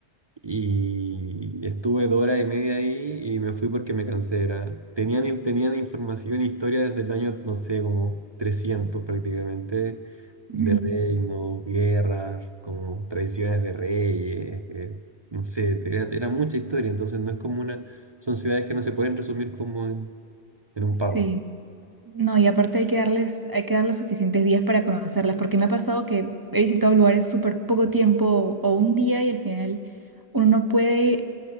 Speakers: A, on the right; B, on the right.
A: Y estuve dos horas y media ahí y me fui porque me cansé. Era, tenían, tenían información, e historia desde el año, no sé, como 300 prácticamente, de
B: ujú.
A: reinos, guerras, como tradiciones de reyes, eh, no sé, era, era mucha historia. Entonces no es como una, son ciudades que no se pueden resumir como en, en un
B: Sí.
A: párrafo.
B: No, y aparte hay que darles, hay que darles suficientes días para conocerlas, porque me ha pasado que he visitado lugares súper poco tiempo o un día y al final uno no puede